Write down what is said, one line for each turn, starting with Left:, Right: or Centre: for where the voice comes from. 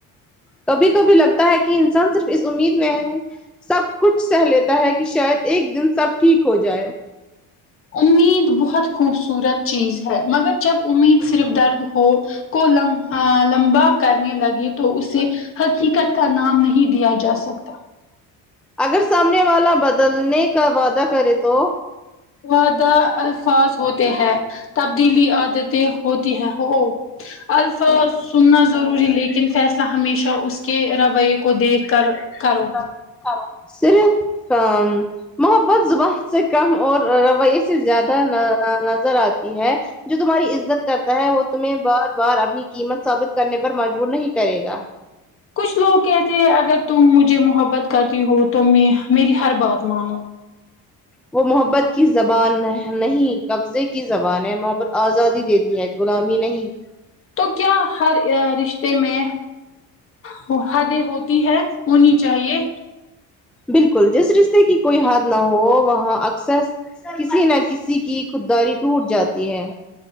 Centre: کبھی کبھی لگتا ہے کہ انسان صرف اس امید میں ہے سب کچھ سہ لیتا ہے کہ شاید ایک دن سب ٹھیک ہو جائے
Left: امید بہت خوبصورت چیز ہے مگر جب امید صرف درد کو لم۔ لمبا کرنے لگے تو اسے حقیقت کا نام نہیں دیا جا سکتا
Centre: اگر سامنے والا بدلنے کا وعدہ کرے تو
Left: وعدہ الفاظ ہوتے ہیں تبدیلی عادتیں ہوتی ہیں ہو الفاظ سننا ضروری لیکن فیصلہ ہمیشہ اس کے رویے کو دیکھ کر کرو
Centre: پھر یہ کام کرو صرف کام محبت زبان سے کم اور رویہ س زیادہ نظر آتی ہے جو تمہاری عزت کرتا ہے وہ تمہیں بار بار اپنی قیمت ثابت کرنے پر مجبور نہیں کرے گا
Left: کچھ لوگ کہتے ہیں اگر تم مجھے محبت کرتی ہو تو میں میری ہر بات مانو
Centre: وہ محبت کی زبان نہیں قبضے کی زبان ہے محبت آزادی دیتی ہے غلامی نہیں
Left: تو کیا ہر رشتے میں ہو حدیں ہوتی ہے ہونی چاہیے
Centre: بالکل جس رشتے کی کوئی حد نہ ہو وہاں اکثر کسی نہ کسی کی خھوداری ٹوٹ جاتی ہے